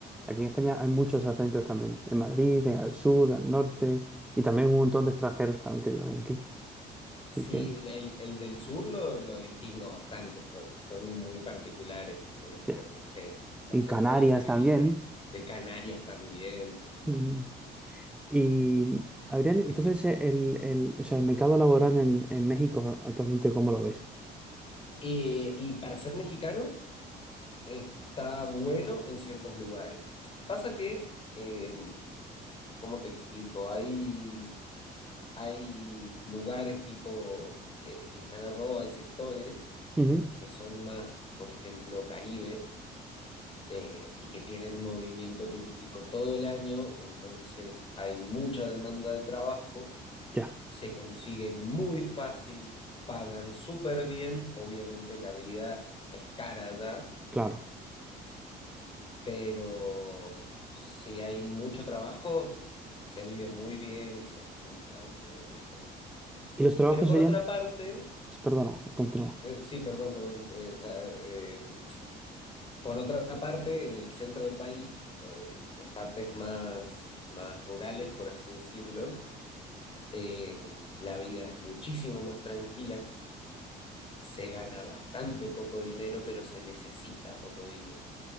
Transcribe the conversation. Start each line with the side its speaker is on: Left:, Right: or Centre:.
Centre: Aquí en España hay muchos acentos también. En Madrid, en- al sur, al norte. Y también un montón de extranjeros también que viven aquí.
Left: sí,
Centre: Así que,
Left: el, el del sur lo, lo distingo bastante, porque son muy particulares, este,
Centre: ya.
Left: no sé, el acento
Centre: En Canarias
Left: de Sevilla,
Centre: también.
Left: de Canarias también.
Centre: Y, y, Adrián, entonces,
Left: <laughs>
Centre: eh, el, el, o sea, el mercado laboral en, en México actualmente, ¿cómo lo ves?
Left: Eh, y para ser mexicano está bueno en ciertos lugares. Pasa que, eh, ¿cómo te explico? Hay, hay lugares tipo eh, Quintana Roo, hay sectores
Centre: Ujú.
Left: que son más, por ejemplo, Caribe, eh, y que tienen movimiento turístico todo el año, entonces hay mucha demanda de trabajo,
Centre: Ya,
Left: se consigue muy fácil, pagan súper bien, obviamente la vida es cara allá
Centre: claro.
Left: pero si hay mucho trabajo, se vive muy bien y se junta dinero y todo.
Centre: Y los trabajos
Left: Pero por
Centre: serían...
Left: otra parte,
Centre: Perdona, continúa.
Left: eh, sí, perdón, perdón, eh, o sea, eh, por otra parte, en el centro del país, o en, en partes más, más rurales, por así decirlo, eh, la vida es muchísimo más tranquila, se gana bastante poco dinero, pero se necesita poco dinero.